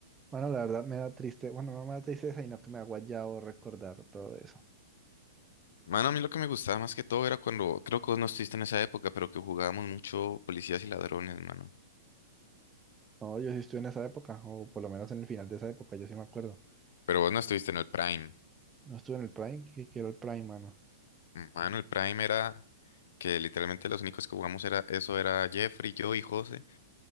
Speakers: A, on the right; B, on the left.
A: Mano, la verdad me da triste, bueno, no me da tristeza, sino que me ha guayado recordar todo eso.
B: Mano, a mí lo que me gustaba más que todo era cuando, creo que vos no estuviste en esa época, pero que jugábamos mucho policías y ladrones, mano.
A: No, yo sí estuve en esa época, o por lo menos en el final de esa época, yo sí me acuerdo.
B: Pero vos no estuviste en el Prime.
A: No estuve en el Prime, que quiero el Prime, mano.
B: Mano, el Prime era que literalmente los únicos que jugamos era, eso era Jeffrey, yo y José.